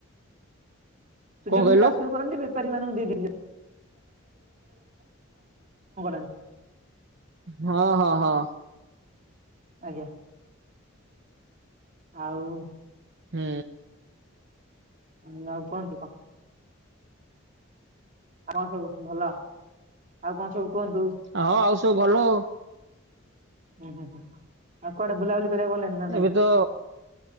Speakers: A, on the right (about 35°); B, on the right (about 55°).
A: ସୂର୍ଯ୍ୟମୁଖୀ
B: କଣ କହିଲ
A: ଚାଷ ଯୋଉ କରନ୍ତି ବେପାରୀ ମାନଙ୍କୁ ଦେଇଦଅ <unintelligible>
B: ହଁ ହଁ ହଁ।
A: ଆଜ୍ଞା। ଆଉ
B: ହୁଁ।
A: ହୁଁ ନା ଆଉ କଣ କି? ଆଉ କଣ ସବୁ ଭଲ ଆଉ କଣ ସବୁ କୁହନ୍ତୁ?
B: ହଁ ଆଉ ସବୁ ଭଲ ଆଉ।
A: ହୁଁ ହୁ ହୁଁ ଆଉ କୁଆଡେ ବୁଲାବୁଲି କରିବାକୁ ଗଲେଣି? ନା ନାଇଁ
B: ଏବେ ତ